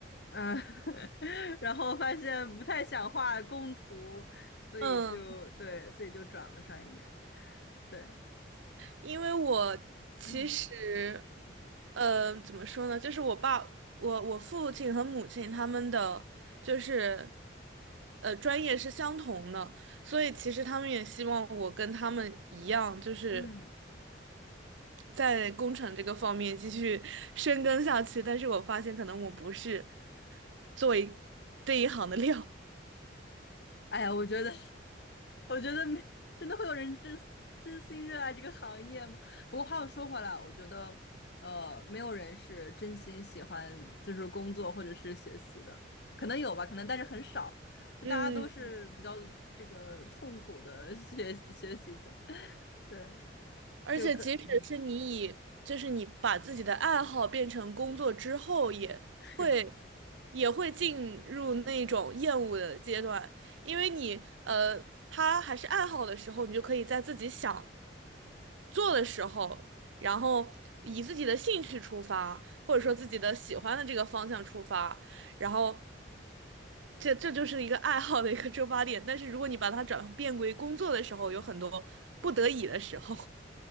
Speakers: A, on the left; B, on the right.
A: 嗯，<laughs> 然后发现不太想画工图，所以就对，
B: 嗯，
A: 所以就转了专业。对，
B: 因为我其实，
A: 嗯
B: 呃，怎么说呢？就是我爸、我、我父亲和母亲他们的，就是，呃，专业是相同的，所以其实他们也希望我跟他们一样，就是。
A: 嗯，
B: 在工程这个方面继续 <laughs> 深耕下去，但是我发现可能我不是做为这一行的料。
A: 哎呀，我觉得，我觉得没，真的会有人真真心热爱这个行业吗？不过话又说回来，我觉得，呃，没有人是真心喜欢就是工作或者是学习的，可能有吧，可能但是很少，就大家都是比较这个痛苦的
B: 嗯，
A: <laughs> 学学习者，对，
B: 而且即使是你以，
A: 就可，嗯，
B: 就是你把自己的爱好变成工作之后，也会
A: 是的。
B: 也会进入那种厌恶的阶段，因为你呃，他还是爱好的时候，你就可以在自己想做的时候，然后以自己的兴趣出发，或者说自己的喜欢的这个方向出发，然后。这这就是一个爱好的一个出发点，但是如果你把它转变为工作的时候，有很多不得已的时候，